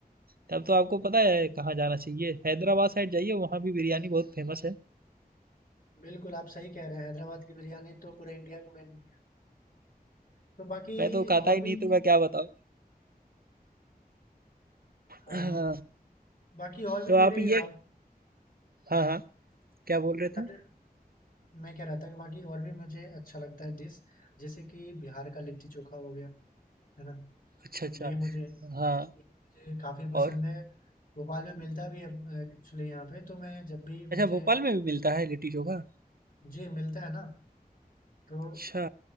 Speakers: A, on the right (about 70°); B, on the left (about 60°).
A: तब तो आपको पता है कहाँ जाना चाहिए हैदराबाद साइड जाइए वहाँ भी बिरयानी बहुत फेमस है
B: बिल्कुल, आप सही कह रहे हैं, हैदराबाद की बिरयानी तो पूरे इंडिया की मेन तो बाकी
A: मैं तो खाता
B: और
A: ही नहीं
B: भी
A: तो मैं क्या बताऊँ
B: हाँ,
A: हाँ
B: बाकी और भी
A: तो
B: मेरे
A: आप ये
B: अ,
A: हाँ हाँ क्या बोल रहे
B: फेवरेट
A: थे
B: मैं कह रहा था कि बाकी और भी मुझे अच्छा लगता है डिश, जैसे कि बिहार का लिट्टी चोखा हो गया, है ना?
A: अच्छा अच्छा
B: ये मुझे ये
A: हाँ
B: मुझे काफ़ी पसंद
A: और
B: है। भोपाल में मिलता भी है अ, एक्चुअली यहाँ पे तो मैं जब भी
A: अच्छा
B: मुझे
A: भोपाल में भी मिलता है लिट्टी चोखा
B: जी, मिलता है ना तो
A: अच्छा